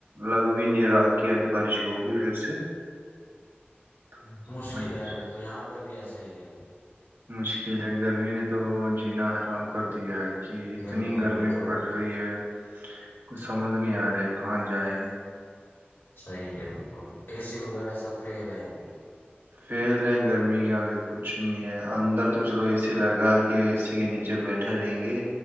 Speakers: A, on the right (about 75°); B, on the left (about 75°).
A: لگ بھی نہیں رہا کہ آج بارش تو ہوگی پھر سے تو
B: مشکل ہے ابھی تو یہاں پہ بھی ایسا ہی ہے
A: مشکل ہے گرمی نے تو جینا آرام کر دیا ہے کہ اتنی
B: بالکل
A: گرمی
B: بالکل
A: پڑ رہی ہے کچ سمجھ نہیں آ رہا ہے کہاں جائ
B: صحیح ہے اے سی وغیرہ سب پھیلے ہیں ابھی
A: فیل ہے گرمی کے آگے کچھ نہیں ہے اندر تو چلو اے سی لگا کہ وہ اے سی کے نیچے بیٹھے رہیں گے